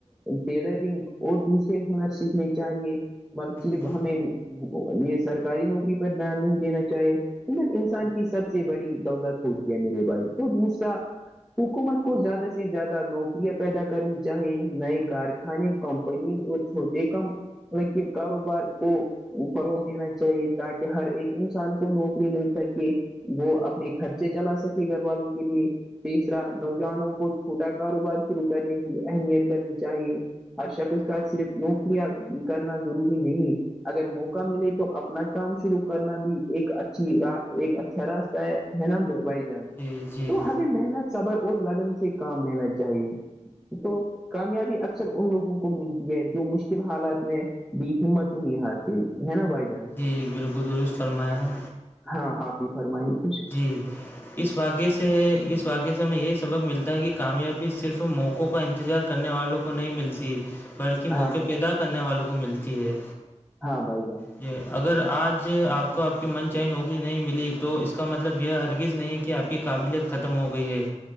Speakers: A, in the centre; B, on the left (about 15°).
A: ٹیلرن اور دوسے ہونا سھنے چاہیے صرف
B: جی
A: ہمیں یہ سرکاری نوکری پر دھیان نہیں دینا چاہیے گر انسان کی سب سے بڑی دولت ہوتی ہے میرے بھائی تو دوسرا حکومت کو زیادہ سے زیادہ نوکریاں پیدا کرنی چاہیے نئے کارخانے کم پز اور چھوٹے کم کے کاروبار کو فروغ دینا چاہیے تاکہ ہر ایک انسان کو نوکری مل سکے وہ اپنے خرچے چلا سکے گھر والوں کے لیے رح نوجوانوں کو چھوٹا کاروبار شروع کرنے کی اہمیت کرنی چاہیے ہر شخص کا صرف نوکریاں کرنا ضروری نہیں اگر موقع ملے تو اپنا کام شرو کرنا بھی ایک اچھی ایک اچھا راستہ ہے نا بھائی جان
B: جی جی
A: تو ہمیں محنت صبر اور لگن سے کام لینا چاہیے تو کامیابی اکثر ان لوگوں کو ملتی ہے جو مشکل حالات میں بھی ہمت نہیں ہارتی ہے نا بھائی جان
B: جی بالکل درست فرمایا
A: ہاں آپ بھی فرمائیے تے
B: جی اس واقعے سے اس واقعے سے ہمیں یہ سبق ملتا ہے کہ کامیابی صرف موقع قوں کا انتظار کرنے والوں کو نہیں ملتی بلکہ
A: ہاں
B: موقع
A: بھائی
B: پیدا کرنے والوں کو ملتی ہے
A: ہاں بائی جان
B: جی اگر آج آپ کو آپ کی من چاہے نوکری نہیں ملی تو اس کا مطلب یہ ہرگز نہیں کہ آپ کی قابلیت ختم ہو گئی ہے